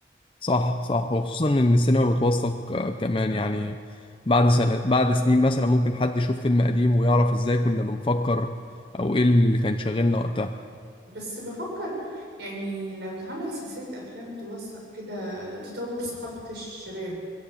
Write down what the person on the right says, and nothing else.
بس بفكر يعني لو اتعمل سلسلة أفلام توثق كده تطور ثقافة الشباب